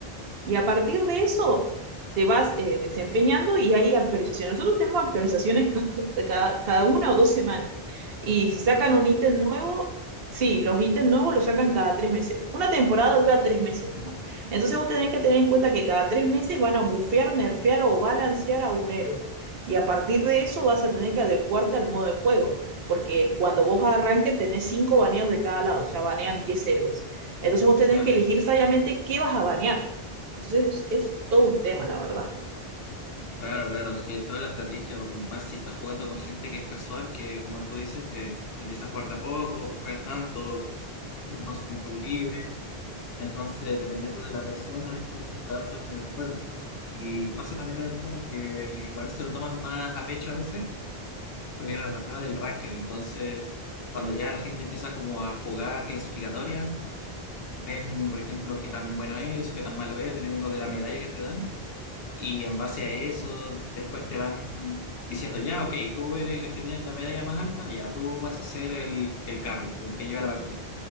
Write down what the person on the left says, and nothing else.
imagínate.
Ya,
claro, claro, sí, es toda la estrategia Y más si estás jugando con gente que es casual, que como tú dices, eh, empieza a jugar de a poco, no juegan tanto, ocupan su tiempo libre Entonces, dependiendo de la persona, es como te adaptas en el juego. Y pasa también el tema que igual se lo toman más a pecho a veces, porque claro, está el tema del ranked. Entonces, cuando ya la gente empieza como a jugar clasificatoria, ven, por ejemplo, qué tan bueno eres o qué tan malo eres, dependiendo de la medalla que te dan. Y en base a eso, después te van diciendo, ya, ok, tú eres el que tiene la medalla más alta, ya tú vas a ser el, el carry, el que lleva la partida.